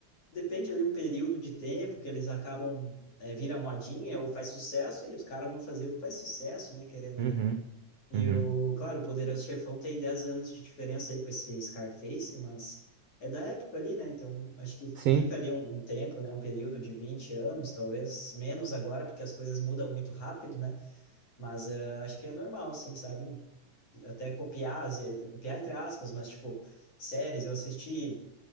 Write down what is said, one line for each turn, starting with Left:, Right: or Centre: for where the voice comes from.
Left: depende ali um período de tempo que eles acabam eh, vira modinha ou faz sucesso e os caras vão fazer o que faz sucesso, né? Querendo ou
Right: Uhum,
Left: não. E
Right: uhum.
Left: o, claro, o Poderoso Chefão tem 10 anos de diferença aí com esse Scarface, mas é da época ali, né? Então, acho que
Right: Sim,
Left: fica ali um, um tempo, né? Um período de 20 anos, talvez menos agora, porque as coisas mudam muito rápido, né? Mas ah, acho que é normal, sim, sabe? Até copiar, às vezes- copiar entre aspas, mas tipo, séries, eu assisti